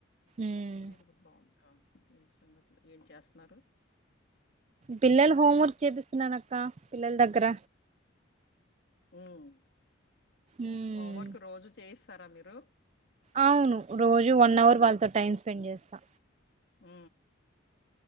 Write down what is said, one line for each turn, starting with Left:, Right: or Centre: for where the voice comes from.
Right: ఉమ్
Left: ేది గుుడ్ బాగుంది ఏ సంగతులు ఏం చేస్తున్నారు
Right: పిల్లలు హోం వర్క్ చేపిస్తున్నాను అక్క పిల్లల దగ్గర
Left: ఉమ్..
Right: ఉమ్
Left: హోంవర్క్ రోజు చేయిస్తారా మీరు
Right: అవును రోజు వన్ అవర్ వాళ్ళతో టైం స్పెండ్ చేస్తా
Left: మ్